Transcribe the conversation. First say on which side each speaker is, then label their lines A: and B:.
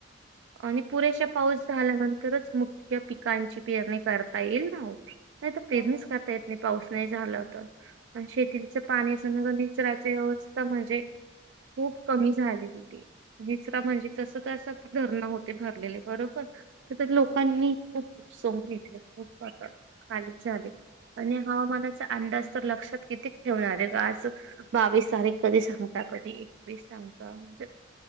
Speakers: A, on the right; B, on the right.
A: आणि पुरेशा पाऊस झाल्यानंतरच मुख्य पिकांची पेरणी करता येईल ना ओ नाही तर पेरणीच
B: हो ना
A: करता येत नाही पाऊस नाही झाला आणि शेतीच पाण्या अस निचराची व्यवस्था म्हणजे खुप कमी झाली तेथे विसरा म्हणजे जस तस धरण होते भरलेले बरोबर तर लोकांनी
B: हो
A: सोम घेतले खूप पातण खाली झाले आणि हवामानाचा अंदाज तर लक्षात किती ठेवणार आहे आज बावीस तारीख कधी सांगतात कधी एकस सांगता म्हणजे